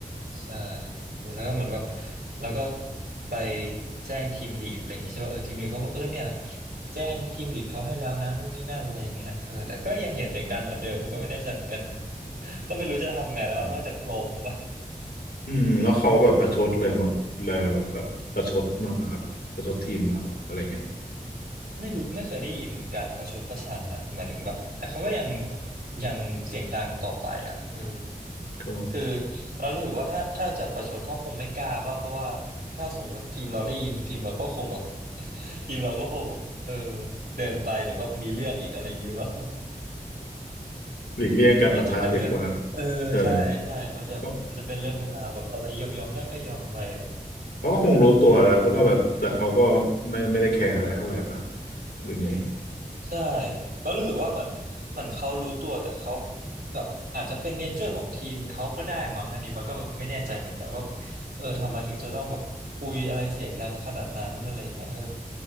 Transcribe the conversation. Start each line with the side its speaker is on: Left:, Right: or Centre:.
Right: ใช่แล้วก็เหมือนแบบแล้วก็ไปแจ้งทีมลีดอะไรอย่างงี้ใช่ป่ะเออทีมลีดเขาบอกเออเนี่ยแจ้งทีมลีดเขาให้แล้วนะนู่นนี่นั่นอะไรอย่างเงี้ยเออแต่ก็ยังเห็นเสียงดังเหมือนเดิมก็ไม่แน่ใจเหมือนกัน <laughs> ก็ไม่รู้จะทำไงแล้วนอกจากปลงว่ะ
Left: อืมอืมแล้วเขาแบบประชดเลยแบบเลยแบบประชดบ้างไหมครับประชดทีมเราอะไรเงี้ย
Right: ไม่รู้ไม่เคยได้ยินการประชดประชันนะหมายถึงแบบแต่เขาก็ยังแบบยังเสียงดังต่อไปอ่ะเออ
Left: ก็
Right: คือเรารู้สึกว่าถ้าถ้าจะประชดเขาคงไม่กล้าป่ะเพราะว่าถ้าสมมติทีมเราได้ยินทีมเราก็คงแบบ <laughs> ทีมเราก็คงแบบเออเดินไปเดี๋ยวแบบมีเรื่องอีกอะไรอย่างนี้หรือเปล่า
Left: หลีกเลี่ยงการปะทะดีกว่า
Right: <laughs> มันจะเป็นเรื่องเออใช่ใช่มันจะมันจะเป็นเรื่องเป็นราวแบบอะไรยอมยอมได้ก็ยอมไปอะไรเงี้ย
Left: ใช่เขา เขาก็คงรู้ตัวแล้วแล้วก็แบบแต่เขาก็ไม่ไม่ได้แคร์อะไรเท่าไหร่ป่ะหรือไง
Right: ใช่ แล้วรู้สึกว่าเหมือนเหมือนเขารู้ตัวแต่เขาแบบอาจจะเป็นเนเจอร์ของทีมเขาก็ได้มั้งอันนี้ว้าก็แบบไม่แน่ใจเหมือนกันว่าแบบเออทำไมถึงจะต้องแบบคุยอะไรเสียงดังขนาดนั้นอะไรอย่างเงี้ยเออ